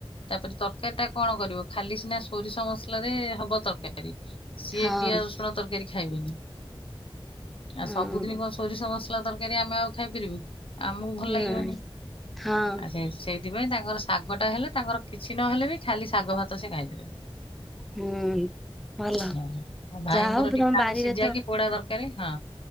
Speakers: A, on the left (about 60°); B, in the centre.
A: ତାପରେ ତରକାରୀ ଟା କଣ କରିବ ଖାଲି ସିନା ସୋରିଷ ମସଲ ରେ ହବ ତରକାରୀ। ସିଏ
B: ହଁ
A: ପିଆଜ ରସୁଣ ତରକାରୀ ଖାଇବେନି ଆଉ
B: ହଁ
A: ସବୁଦିନ କଣ ସୋରିଷ ମସ ତରକାରୀ ଆମେ ଆଉ ଖାଇପାରିବୁ ଆମକୁ ଭଲ
B: ନାଇଁ
A: ଲାଗିବନି
B: ହଁ
A: ଆ ସେଉଠୁ ସେଇ। ସେଥିପାଇଁ ତାଙ୍କର ଶାଗ ଟା ହେଲେ ତାଙ୍କର କିଛି ନହେଲେ ବି ଖାଲି ଶାଗ ଭାତ ସେ ଖାଇଦେବେ।
B: ହୁଁ ଭଲ
A: ହଁ ଆଉ ଭାଇଙ୍କର
B: ଯାହା ହଉ ତମ
A: ଟିକେ
B: ବାରିରେ
A: ଆଳୁ ସିଝା
B: ତ
A: କି ପୋଡା ଦରକାର। କାରେ ହଁ।